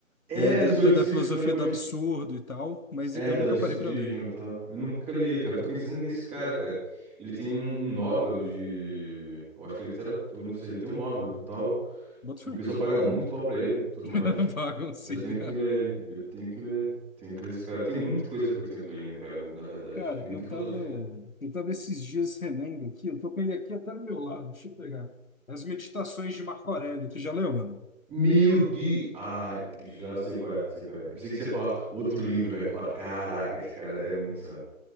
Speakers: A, in the centre; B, on the left.
A: É,
B: é, da,
A: é Tesoureiro
B: da, da
A: do Sísifo,
B: filosofia
A: né? Pode.
B: do absurdo e tal, mas
A: É,
B: eu
A: do
B: nunca
A: absurdismo
B: parei para ler.
A: e tal. Eu nunca li ele, cara. Tô pensando nesse cara, cara. Ele tem um, um Nobel de. Eu acho que é literatura, não sei. Ele tem um Nobel e tal.
B: Bota
A: E
B: fé.
A: o pessoal paga muito pau pra ele e tudo
B: <laughs>
A: mais.
B: Baguncinha.
A: Mas eu tenho que ler ele. Eu tenho que ler. Tenho que ler esse cara. Tem muita coisa porque eu tenho que ler ainda, cara, na verdade.
B: Cara,
A: Tem muita
B: eu
A: filosofia.
B: tava, eu tava esses dias relendo aqui, eu tô com ele aqui até do meu lado, deixa eu pegar. As Meditações de Marco Aurélio, tu já leu, mano?
A: Meu de... Ah, já sei qual é, sei qual é. Eu pensei que você ia falar outro livro, cara, que eu ia falar, caraca, esse cara é muito santo.